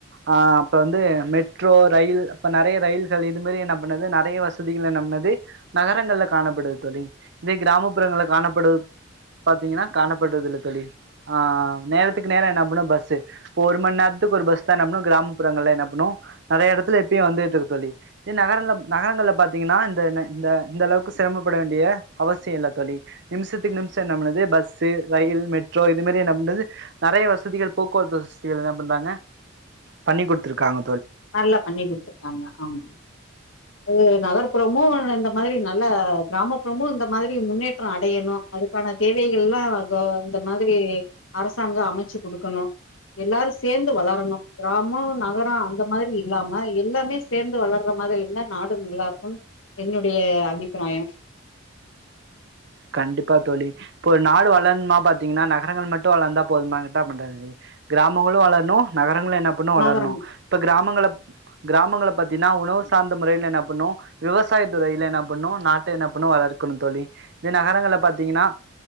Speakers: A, on the right (about 55°); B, on the left (about 70°).
A: ஆஹ் அப்ப வந்து மெட்ரோ ரயில் அப்ப நிறைய ரயில்கள் இது மாதிரி என்ன பண்ணது நிறைய வசதிகள் என்ன பண்ணது நகரங்கள்ல காணப்படுது தொலி இதே கிராமப்புறங்களல காணப்படு பாத்தீங்கன்னா காணப்படுதுல தொலி ஆஹ் நேரத்துக்கு நேரம் என்ன பண்ணும் பஸ்ு இப்ப ஒரு மணி நேரத்துக்கு ஒரு பஸ் தான் நம்பலும் கிராமப்புறங்களில என்ன பண்ணுவோம் நிறைய இடத்துல எப்பயும் வந்துகிட்டு இருக்கு தொலி இதே நகர நகரங்களல பார்த்தீங்கன்னா இந்த இந்த அளவுக்கு சிரமப்பட வேண்டிய அவசியம் இல்ல தொழி நிமிஷத்துக்கு நிமிஷம் என்ன பது பஸ் பஸ் ரயில் மெட்ரோ இது மாதிரி என்ன பண்றது நிறைய வசதிகள் போக்குவரத்து வசதிகள் என்ன பண்றாங்க பண்ணி கொடுத்துருக்காங்க
B: நல்லா பண்ணி குடுத்துருக்காங்க ஆமா ஆ நகர்புறமு இந்த மாதிரி நல்ல கிராமப்புறமு இந்த மாதிரி முன்னேற்றோ அடையணு அதுக்கான தேவைகள் எல்லா இதோ இந்த மாதிரி அரசாங்கோ அமைச்சு குடுக்கணு எல்லாரு சேந்து வளரணு கிராமோ நகரோ அந்த மாதிரி இல்லாம எல்லாமே சேந்து வளர்ற மாதிரி இல்ல நாடு நல்லா இருக்கும் என்னுடைய அபிப்பிராயம்
A: கண்டிப்பா தோழி இப்ப ஒரு நாடு வளரணுமா பாார்த்தீங்கன்னா நகரங்கள் மட்டும் வளர்ந்தா போதுமா கிட்டா பண்றாதுி கிராமங்களும் வளரணும் நகரங்கள என்ன பண்ணும் வளரணும்
B: நகரம்
A: இப்ப கிராமங்கள கிராமங்கள பாத்தீன்னா உணவு சார்ந்த முறையில என்ன பண்ணு விவசாய துறையில என்ன பண்ணு நாட்ட என்ன பண்ணு வளர்க்கணு தோழி இதே நகரங்கள்ல பாத்தீங்கன்னா